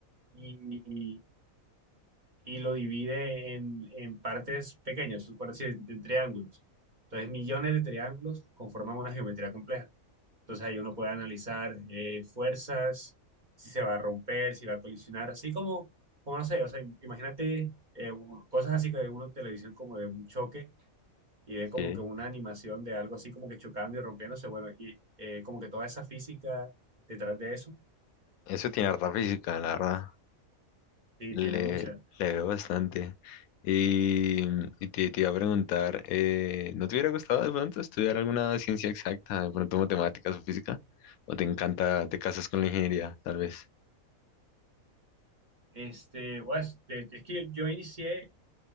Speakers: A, on the right; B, on the left.
A: y, y lo divide en, en partes pequeñas, por así decir, en triángulos. Entonces, millones de triángulos conforman una geometría compleja. Entonces, ahí uno puede analizar eh, fuerzas, si se va a romper, si va a colisionar, así como, como no sé, o sea, imagínate eh, un- cosas así que ve uno en televisión como de un choque y ve como
B: sí.
A: que una animación de algo así como que chocando y rompiéndose, bueno, y eh, como que toda esa física detrás de eso,
B: Eso tiene harta física, la verdad.
A: sí,
B: Le,
A: tiene mucha.
B: le veo bastante. Y, y te, te iba a preguntar, eh, ¿no te hubiera gustado de pronto estudiar alguna ciencia exacta, de pronto matemáticas o física? ¿O te encanta, te casas con la ingeniería, tal vez?
A: Este, pues, de- es que yo inicié